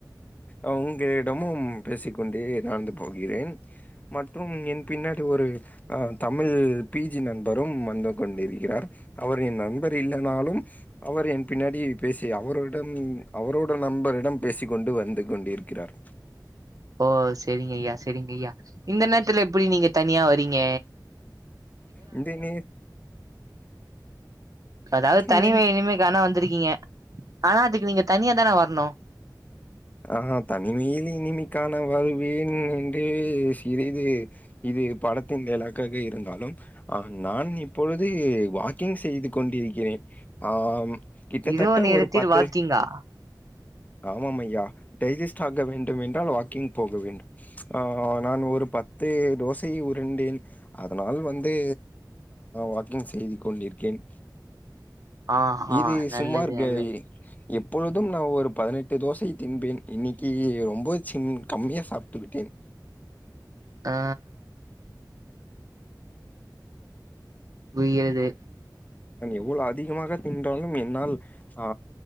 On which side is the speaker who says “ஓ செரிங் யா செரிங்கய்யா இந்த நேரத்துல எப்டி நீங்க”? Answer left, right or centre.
Right